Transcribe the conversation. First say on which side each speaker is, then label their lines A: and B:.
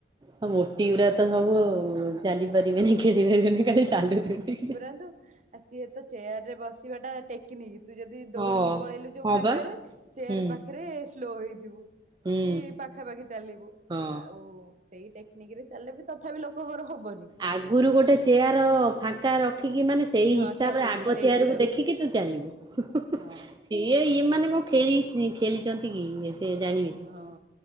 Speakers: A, on the right; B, on the right.
A: ହଁ ମୋଟି ଗୁରା ତ ସବୁ ଆଉ ଚାଲି ପାରିବେନି ଖେଳି ପାରିବେନି ଖାଲି ଚାଲୁଛନ୍ତି।
B: କିନ୍ତୁ ଆ ସିଏ ତ ଚେୟାର ରେ ବସିବା ଟା ଟେକ୍ କିନି ତୁ ଯଦି
A: ହଁ
B: ଦୌଡ଼ିକି ପଳେଇଲୁ ଯୋଉ
A: ହଁ
B: ଫାଙ୍କାରେ
A: ବା
B: ଚେୟାର
A: ହୁଁ
B: ପାଖରେ ସ୍ଲୋ ହେଇଯିବୁ।
A: ହୁଁ
B: କି ପାଖାପାଖି ଚାଲିବୁ
A: ହଁ
B: ଆଉ ସେଇ ଟେକ୍ନିକ ରେ ଚାଲିଲେ ବି ତଥାପି ଲୋକ ଙ୍କର ହବନି।
A: ଆଗୁରୁ ଗୋଟେ ଚେୟାର ଫାଙ୍କା ରଖିକି ମାନେ ସେ ସେଇ
B: ହଁ
A: ହିସାବରେ
B: ଚାଲିବୁ
A: ଆଗ
B: ସେଇ
A: ଚେୟାର
B: ହିସାବରେ
A: କୁ ଦେଖିକି ତୁ ଚାଲିବୁ।
B: ହଁ
A: ଇଏ ଏମାନେ କଣ ଖେଳିସି ଖେଳିଛନ୍ତି କି ଏ ସେ ଜାଣିବେ
B: ହଁ